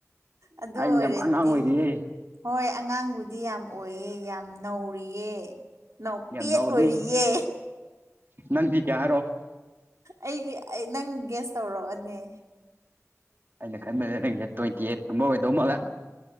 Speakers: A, on the right; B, on the right.
A: ꯑꯗꯨ
B: ꯑꯩ
A: ꯑꯣꯏꯔꯗꯤ
B: ꯌꯥꯝ ꯑꯉꯥꯡ ꯑꯣꯏꯔꯤꯌꯦ
A: ꯍꯣꯏ ꯑꯉꯥꯡꯕꯨꯗꯤ ꯌꯥꯝ ꯑꯣꯏꯌꯦ ꯌꯥꯝ ꯅꯧꯔꯤꯌꯦ ꯅꯧꯄꯦꯠ
B: ꯌꯥꯝ ꯅꯧꯔꯤ
A: ꯑꯣꯏꯔꯤꯌꯦ
B: ꯅꯡꯗꯤ ꯀꯌꯥ ꯍꯥꯢꯔꯛꯑꯣ
A: ꯑꯩꯒꯤ ꯑꯩ ꯅꯪ ꯒ꯭ꯦꯁ ꯇꯧꯔꯛꯑꯅꯦ
B: ꯑꯩꯅ ꯈꯟꯕꯅꯦ ꯅꯪꯒꯤ ꯇ꯭ꯋꯦꯟꯇꯤ ꯑꯩꯠ ꯀꯨꯝꯕ ꯑꯣꯏꯗꯧ ꯃꯥꯜꯂ